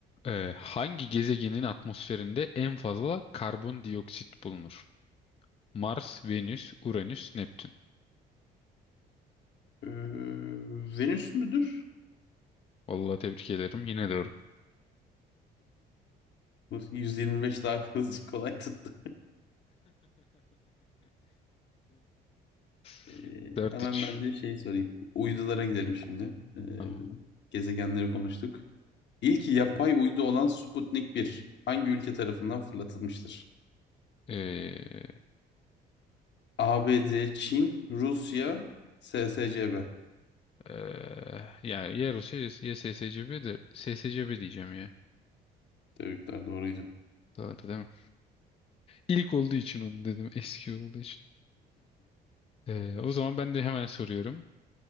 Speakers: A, on the left; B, on the left.
A: Ee, hangi gezegenin atmosferinde en fazla karbondioksit bulunur? Mars, Venüs, Uranüs, Neptün.
B: Ee, Venüs müdür?
A: Vallahi tebrik ederim. Yine doğru.
B: Nasıl 125 daha hızlı <laughs> kolay tuttu.
A: <laughs>
B: Ee,
A: 4-3.
B: hemen ben de şey sorayım. Uydulara gidelim şimdi. Ee,
A: Tamam.
B: gezegenleri konuştuk. İlk yapay uydu olan Sputnik bir hangi ülke tarafından fırlatılmıştır?
A: Ee,
B: ABD, Çin, Rusya, SSCB.
A: eee, yani ya Yarus ya SSCB de SSCB diyeceğim ya.
B: Tebrikler doğruydu.
A: Doğru değil mi? İlk olduğu için onu dedim. Eski olduğu için. Ee, o zaman ben de hemen soruyorum.